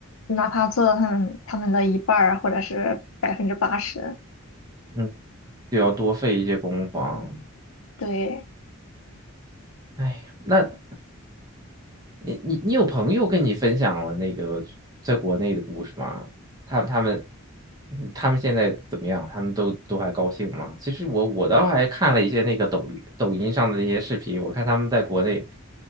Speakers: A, on the left; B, on the right.
A: 哪怕做到他们他们的一半儿或者是百分之八十。
B: 嗯，就要多费一些攻防。
A: 对，
B: 哎呀，那你你你有朋友跟你分享了那个在国内的故事吗？他他们嗯他们现在怎么样？他们都都还高兴吗？其实我我倒还看了一些那个抖音抖音上的那些视频，我看他们在国内，